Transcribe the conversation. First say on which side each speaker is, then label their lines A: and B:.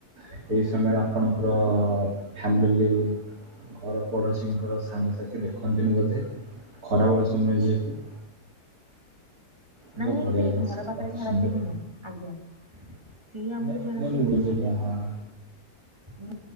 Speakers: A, on the right (about 60°); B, on the right (about 15°).
A: ଏଇ ସମୟରେ ଆପଣଙ୍କର ଫ୍ୟାମିଲି ଘର ପଡୋଶୀଙ୍କର ସାଙ୍ଗସାଥି ଦେଖନ୍ତିନି ବୋଧେ ଖରା ବେଳ ସମୟ ଯେହେତୁ
B: ନାଇଁ
A: ବହୁତ
B: ନାଇଁ
A: ବଢ଼ିଆ
B: ସେ
A: ଜିନିଷ
B: ଘର ପାଖରେ
A: ଅତି
B: ଛାଡନ୍ତି
A: ସୁନ୍ଦର
B: ନାହିଁ ଆଜ୍ଞା ସିଏ ଆମକୁ
A: ନାଇଁ
B: ଛାଡନ୍ତି
A: ନାଇଁ ମୁଁ
B: କୋଉଠି
A: ବୁଝିଲି
B: କହିଲେ।
A: ହଁ
B: ଉ